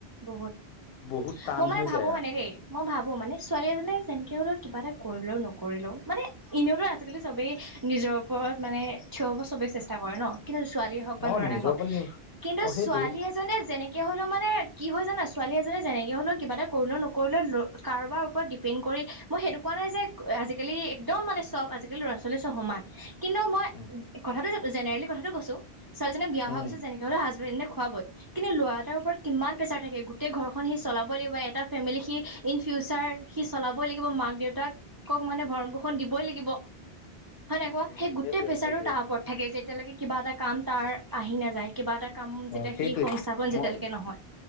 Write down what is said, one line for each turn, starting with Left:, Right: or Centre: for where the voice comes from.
Right: বহুত।
Left: বহুত টান
Right: মই মানে
Left: হৈ
Right: ভাবো
Left: যায় আৰু
Right: মানে দেই, মই ভাবো মানে ছোৱালী এজনীয়ে যেনকে হলেও কে কিবা এটা কৰিলেও নকৰিলেও, মানে এনেওতো আজিকালি চবেই নিজৰ ওপৰত, মানে থিয় হব চবেই চেষ্টা কৰে ন। কিন্তু ছোৱালীয়ে হওক
Left: অ
Right: বা ল'ৰাই
Left: নিজৰ
Right: হওক,
Left: ওপৰত নি
Right: কিন্তু
Left: অ সেইটোৱে
Right: ছোৱালী এজনীয়ে যেনেকে হ'লেও মানে, কি হয় জানা ছোৱালী এজনীয়ে যেনেকে হলেও কিবা এটা কৰিলেও নকৰিলেও, ল কাৰোবাৰ ওপৰত ডিপেনড কৰি, মই সেইটো কোৱা নাই যে আজিকালি একদম মানে চব আজিকালি ল'ৰা ছোৱালী চব সমান, কিন্তু মই
Left: উম
Right: কথাটো জেনেৰেলি কথাটো কৈছোঁ। ছোৱালীজনীয়ে বিয়া হোৱাৰ
Left: উম।
Right: পিছত যেনেকে হ'লেও হাজব্ৰেণ্ডে খুৱাবই। কিন্তু ল'ৰা এটাৰ ওপৰত কিমান প্ৰেচাৰ থাকে, গোটেই ঘৰখন সি চলাবই লাগিব, এটা ফেমিলি সি ইন ফিউচাৰ সি চলাবই লাগিব, মাক দেউতাকক মানে ভৰণ পোষণ দিবই লাগিব।
Left: <inaudible>
Right: হয় নাই কোৱা,
Left: উম
Right: সেই গোটেই
Left: সেইটোৱে
Right: প্ৰেছাৰটো
Left: সেইটোৱে।
Right: তাৰ ওপৰত থাকে, যেতিয়ালৈকে কিবা এটা কাম তাৰ আহি নাযায় কিবা এটা। কাম
Left: অ
Right: যেতিয়া
Left: সেইটোৱে
Right: সি সংস্থাপন
Left: মই
Right: যেতিয়ালৈকে নহয়।